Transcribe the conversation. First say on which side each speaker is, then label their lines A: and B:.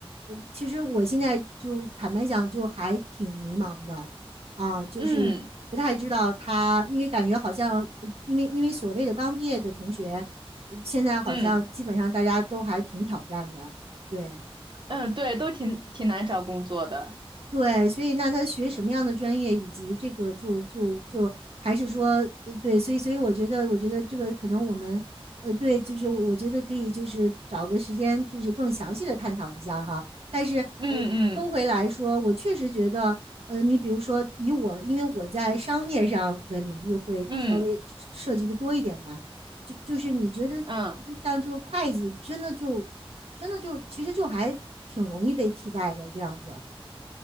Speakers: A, on the right; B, on the right.
A: 呃，其实我现在就坦白讲，就还挺迷茫的啊，就是不太知道他，
B: 嗯
A: 因为感觉好像，呃因为因为所谓的刚毕业的同学，呃现在好像基本上大家都还挺挑战的，
B: 嗯
A: 对。
B: 嗯，对，都挺挺难找工作的。
A: 对，所以那他学什么样的专业，以及这个就就就还是说，呃，对，所以所以我觉得，我觉得这个可能我们，呃，对，就是我觉得可以，就是找个时间，就是更详细的探讨一下哈。但是，
B: 嗯嗯
A: 呃，收回来说，我确实觉得，呃，你比如说以我，因为我在商业上的领域会稍微涉及的多一点嘛，
B: 嗯。
A: 就就是你觉得，
B: 嗯，
A: 我觉得像这个会计，真的就真的就其实就还挺容易被替代的这样子，